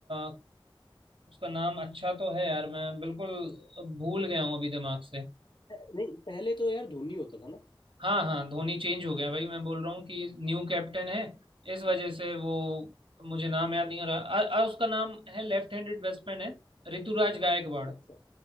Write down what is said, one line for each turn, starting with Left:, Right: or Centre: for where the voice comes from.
Right: अ, उसका नाम अच्छा तो है यार मैं बिल्कुल भूल गया हूँ अभी दिमाग से
Left: अ, नहीं पहले तो यार धोनी होता था ना
Right: हाँ हाँ धोनी चेंज हो गया भाई मैं बोल रहा हूँ कि न्यू कैप्टन है इस वजह से वो मुझे नाम याद नहीं आ रहा अ, अ, उसका नाम है लेफ्ट हैंडेड बैट्समैन है ऋतुराज गायकवाड़
Left: अच्छा